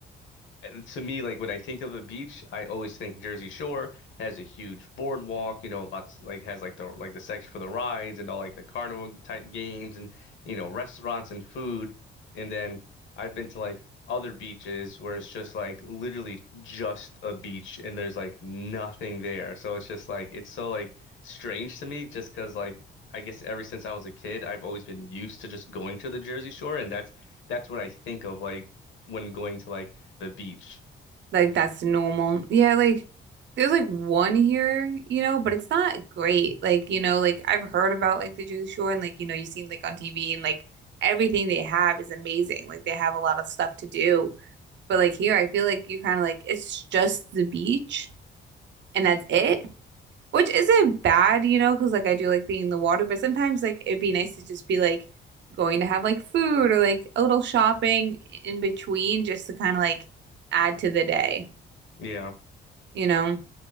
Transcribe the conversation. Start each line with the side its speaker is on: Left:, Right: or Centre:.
Left: and to me, like when I think of a beach, I always think Jersey Shore has a huge boardwalk, you know, lots like has like the like the section for the rides and all like the carnival type games and you know restaurants and food. And then I've been to like other beaches where it's just like literally just a beach and there's like nothing there. So it's just like it's so like strange to me just 'cause like I guess ever since I was a kid, I've always been used to just going to the Jersey Shore and that's that's what I think of like when going to like the beach.
Right: Like that's normal. Yeah, like there's like one here, you know, but it's not great. Like, you know, like I've heard about like the Jersey Shore and like, you know, you've seen like on TV and like everything they have is amazing. Like they have a lot of stuff to do. But like here I feel like you kind of like it's just the beach and that's it. Which isn't bad, you know, because like I do like being in the water, but sometimes like it'd be nice to just be like going to have like food or like a little shopping in between just to kind of like add to the day,
Left: Yeah.
Right: you know?